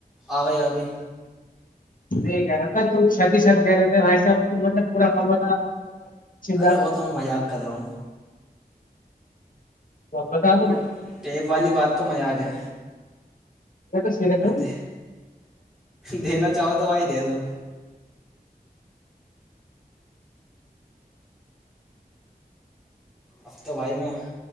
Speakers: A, in the centre; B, on the left.
A: آگئی آگئی
B: <inaudible>
A: ارے
B: رہا
A: وہ
B: تھا۔
A: تو میں مذاق کر رہا ہوں
B: تو اب بتا دو
A: وہ
B: میں
A: ٹیپ والی بات تو مذاق ہے
B: تو سیریس
A: کردے
B: ہوں
A: دینا چاہو تو بھائی دے دو اب تو بھائی میں